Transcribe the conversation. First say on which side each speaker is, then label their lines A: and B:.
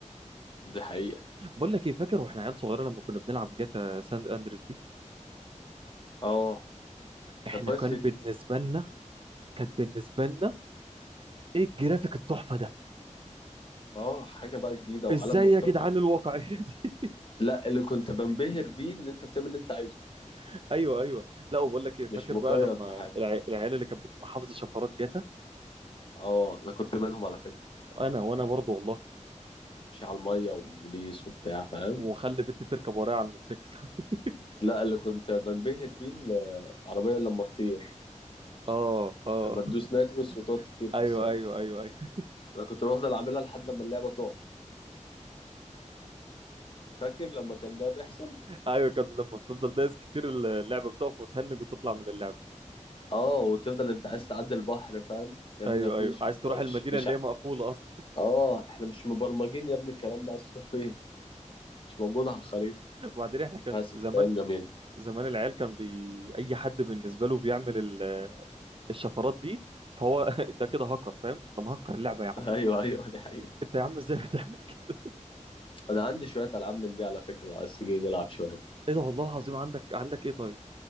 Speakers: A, on the left; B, on the right.
A: دي حقيقه
B: بقول لك ايه فاكر واحنا عيال صغيره لما كنا بنلعب جاتا ساند اندريس دي
A: اه
B: احنا
A: كانت فايس
B: كان
A: سيتي
B: بالنسبه لنا كانت بالنسبه لنا ايه الجرافيك التحفه ده
A: اه حاجه بقى جديده
B: ازاي
A: وعالم مفتوح
B: يا جدعان الواقعيه دي
A: لا اللي كنت بنبهر بيه ان انت بتعمل اللي انت عايزه
B: <laughs> ايوه ايوه لا وبقول لك ايه فاكر
A: مش مقيد
B: بقى لما
A: بحاجه
B: الع- العيال اللي كانت بتبقى حافظه شفرات جاتا
A: اه انا كنت منهم على فكره
B: انا وانا برضه والله
A: مش على المية والبوليس وبتاع فاهم
B: وخلي بنتي تركب ورايا على الموتوسيكل <laughs>
A: لا اللي كنت بنبهر بيه ال- العربية لما تطير
B: اه اه
A: لما تدوس نيتروس وتقعد تطير
B: <laughs>
A: في
B: ايوه
A: السماء
B: ايوه ايوه ايوه
A: انا كنت بفضل اعملها لحد ما اللعبة تقع فاكر لما كان ده بيحصل
B: ايوه كان لما بتفضل دايس كتير اللعبه بتقف وتهنج وتطلع من اللعبه
A: اه وتفضل انت عايز تعدي البحر فاهم يا ابني
B: ايوه
A: ما فيش
B: ايوه عايز
A: احنا
B: تروح المدينه
A: مش مش
B: اللي
A: ع-
B: هي مقفوله اصلا
A: اه احنا مش مبرمجين يا ابني الكلام ده عايز تروح فين مش موجود على الخريطة
B: <laughs> وبعدين احنا كان
A: بس
B: زمان
A: كانت ايام جميلة
B: زمان العيال كان بي... اي حد بالنسبه له بيعمل ال- الشفرات دي فهو <laughs> ده كده هاكر فاهم ده مهكر اللعبه يا
A: <laughs>
B: عم
A: ايوه ايوه دي حقيقة
B: انت يا عم ازاي <laughs> بتعمل كده
A: انا عندي شوية العاب من دي على فكرة لو عايز تيجي نلعب شوية
B: ايه ده والله العظيم عندك عندك ايه طيب